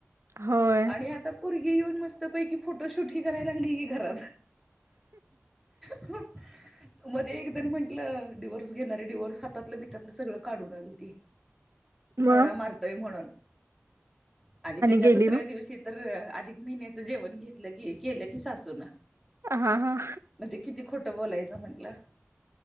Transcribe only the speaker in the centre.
आणि आता पुरगी येऊन मस्त पैकी फोटोशूट ही करायला लागली की घरात. <inaudible> मध्ये एक म्हटलं डिवोर्स घेणारे डीवोर्स हातलं बितातलं सगळं काढून आलती.
नवरा मारतोय म्हणून. आणि त्याच्या
दुसऱ्या
दिवशी तर अधिक महिन्याचं जेवण घेतलं की केलं की सासूून.
म्हणजे किती खोट बोलायचं म्हंटलं.